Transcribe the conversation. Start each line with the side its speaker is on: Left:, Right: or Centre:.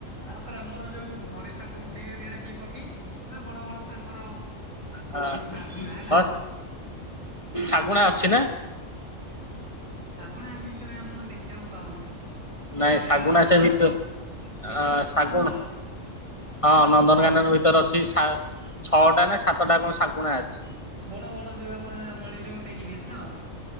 Right: ତାପ ତା ଆମର ଯୋଉ ମଣିଷଙ୍କୁ ଉଠେଇନାହାନ୍ତିଇଟା କିଏ ପକ୍ଷୀ ସେ ଯୋଉ ବଡ ବଡ ତାଙ୍କର
Left: ହଁ
Right: ଶାଗୁଣା ହେଲା
Left: ହ ଶାଗୁଣା ଅଛି ନା।
Right: ଶାଗୁଣା ଏମିତି ତ ଆମ ଦେଖିବାକୁ ପାଉନୁ।
Left: ନାଇଁ ଶାଗୁଣା
Right: ଏଠି
Left: ସେ ଭିତରେ
Right: ଆମ
Left: ଅ
Right: ଭିତରେ ଅଛି
Left: ଶାଗୁଣ
Right: ଆମର
Left: ହଁ ନନ୍ଦନକାନନ ଭିତରେ ଅଛି ଛଅଟା ନା ସାତଟା କଣ ଶାଗୁଣା ଅଛି।
Right: ବଡ ବଡ ଯୋଉ ଆମର ସେଟା ମଣିଷଙ୍କୁ ଟେକି ନିଅନ୍ତି ତ।